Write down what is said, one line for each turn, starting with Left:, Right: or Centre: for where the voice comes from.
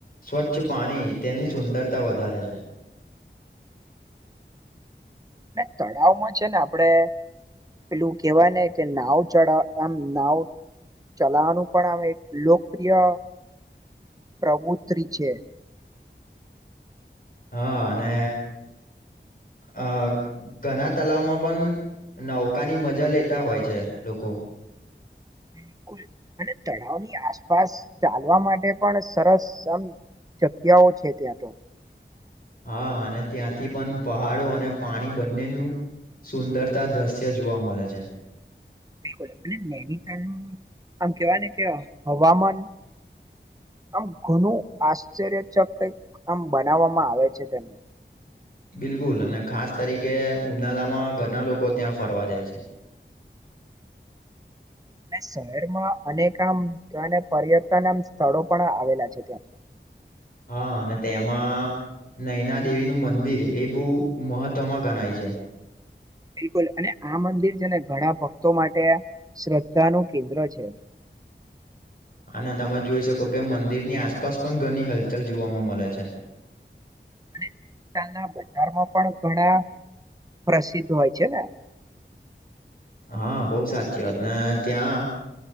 Left: સ્વચ્છ પાણી તેની સુંદરતા વધારે છે
Right: ના તળાવમાં છે ને આપડે પેલું કેવા ને કે નાવ ચઢાવ એમ નાવ ચલાવાનું પણ આમ એક લોકપ્રિય પ્રવુતિ છે
Left: હા અને
Right: <unintelligible>
Left: અ ઘણા તલાવમાં પણ નૌકાની મજા લેતા હોય છે લોકો
Right: બિલકુલ અને તળાવની આસપાસ ચાલવા માટે પણ સરસ જગ્યાઓ છે ત્યાં તો
Left: હા અને ત્યાંથી પણ પહાડો અને પાણી બંનેનું સુંદરતા દ્રશ્ય જોવા મળે છે
Right: બિલકુલ અને નૈનીતાલનું આમ કેવાય ને કે હવામાન આમ ઘણું આશ્ચર્યચક કઈ આમ બનાવવામાં આવે છે તેને
Left: બિલકુલ અને ખાસ તરીકે ઉનાળામાં ઘરના લોકો ત્યાં ફરવા જાય છે
Right: <unintelligible> શહેરમાં અનેક આમ અને પર્યટન આમ સ્થળો પણ આવેલા છે ત્યાં તો <unintelligible>
Left: હા અને તે એમાં નૈના દેવીનું મંદિર એ બહુ મહત્વમાં ગણાય છે
Right: બિલકુલ અને આ મંદિર છે ને ઘણા ભક્તો માટે શ્રદ્ધાનું કેન્દ્ર છે
Left: અનેને તમે જોઈ શકો તો કે મંદિરની આસપાસ પણ ઘણી હલચલ જોવામાં મળે છે
Right: અને ત્યાંના બજારમાં પણ ઘણા પ્રસિદ્ધ હોય છે ને
Left: હા બહુ સાચી વાત ને ત્યાં